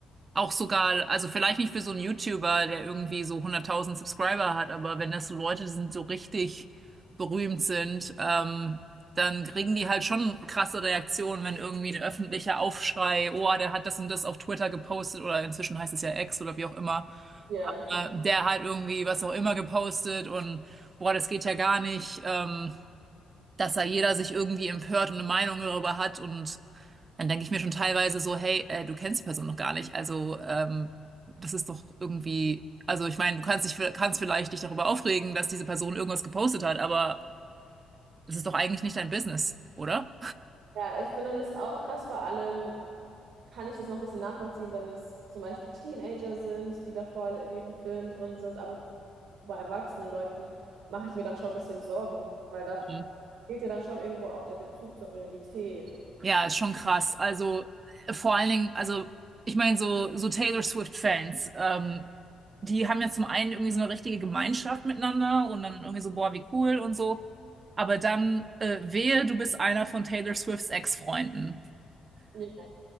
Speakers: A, on the right; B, on the right.
A: auch sogar, also vielleicht nicht für so einen YouTuber, der irgendwie so hunderttausend Subscriber hat, aber wenn das so Leute sind, die so richtig berühmt sind, ähm, dann kriegen die halt schon krasse Reaktionen, wenn irgendwie ein öffentlicher Aufschrei, oh, der hat das und das auf Twitter gepostet oder inzwischen heißt es ja X oder wie auch immer
B: Ja.
A: äh, der hat irgendwie was auch immer gepostet und boah, das geht ja gar nicht, ähm, dass da jeder sich irgendwie empört und eine Meinung darüber hat und dann denke ich mir schon teilweise so, hey, äh, du kennst die Person noch gar nicht, also ähm, das ist doch irgendwie, also ich meine, du kannst dich, kannst vielleicht dich darüber aufregen, dass diese Person irgendwas gepostet hat, aber es ist doch eigentlich nicht dein Business, oder?
B: Ja, ich finde das auch krass, vor allem. kann ich das noch ein bisschen nachvollziehen, wenn es zum Beispiel Teenager sind, die da voll in ihrem Film drin sind, aber bei erwachsenen Leuten mache ich mir dann schon ein bisschen Sorgen, weil da
A: Mhm.
B: fehlt ja dann schon irgendwo auch der Bezug zur Realität.
A: Ja, ist schon krass. Also äh, vor allen Dingen, also ich meine so so Taylor Swift Fans. Ähm, die haben ja zum einen irgendwie so eine richtige Gemeinschaft miteinander und dann irgendwie so, boah, wie cool und so. Aber dann äh, wehe, du bist einer von Taylor Swifts Ex-Freunden.
B: Ja.